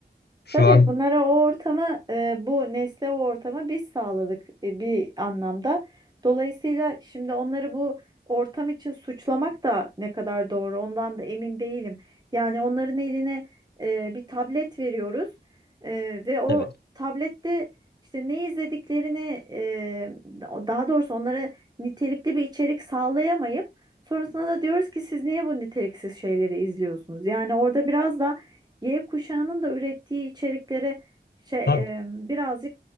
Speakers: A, on the left (about 65°); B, on the right (about 25°).
A: Şu
B: Tabii
A: an
B: bunlara o ortamı, e, bu nesle o ortamı biz sağladık e, bir anlamda. Dolayısıyla şimdi onları bu ortam için suçlamak da ne kadar doğru ondan da emin değilim. Yani onların eline e, bir tablet veriyoruz e, ve o
A: evet
B: tablette işte ne izlediklerini, e, daha doğrusu onlara nitelikli bir içerik sağlayamayıp sonrasında da diyoruz ki siz niye bu niteliksiz şeyleri izliyorsunuz? Yani orada biraz da Y kuşağının da ürettiği içeriklere şey, e,
A: Tabii.
B: birazcık